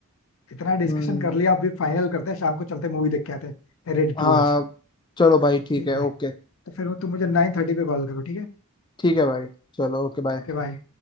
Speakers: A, on the left; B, on the left.
A: इतना डिस्कशन
B: हम्म
A: कर लिया अब फिर फाइनल करते हैं शाम को चलते मूवी देख के आते हैं रेडी
B: हाँ
A: टू आज
B: चलो भाई ठीक
A: ठीक
B: है
A: है
B: ओके
A: तो फिर तुम मुझे नाइन थर्टी पे कॉल करो ठीक है
B: ठीक है भाई चलो ओके बाय
A: Okay bye